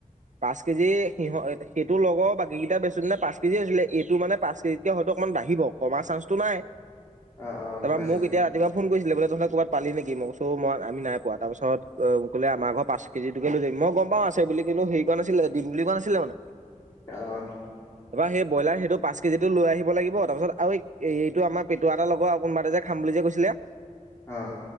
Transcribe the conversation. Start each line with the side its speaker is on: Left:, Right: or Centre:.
Right: পাঁচ কেজি সিহঁ সেইটো লগৰ বাকী কেইটা বেছোতে পাঁচ কেজি হৈছিলে। এইটো মানে পাঁচ কেজিতকে হ- অকমান বাঢ়িব। কমাৰ চান্সটো নাই।
Left: অঁ অঁ
Right: তাৰপৰা
Left: গম পাইছোঁ।
Right: মোক এতিয়া ৰাতিপুৱা ফোন কৰিছিলে বোলে তহঁতৰ ক'ৰবাতা পালি নেকি? মই কৈছোঁ মই আমি নাই পোৱা তাৰপাছত ক'লে আমাৰ ঘৰৰ পাঁচ কেজিটোকে লৈ যাবি। মই গম পাওঁ আছে বুলি কিন্তু সেৰি কোৱা নাছিলে দিম বুলি কোৱা নাছিলে মানে।
Left: অঁ।
Right: এইবাৰ সেই ব্ৰইলাৰ সেইটো পাঁচ কেজিটো লৈ আহিব লাগিব। তাৰপিছত- আৰু এই এইটো আমাৰ পেটোৰা এটা লগৰ আৰু কোনোবা এটা যে খাম বুলি যে কৈছিলে।
Left: অঁ।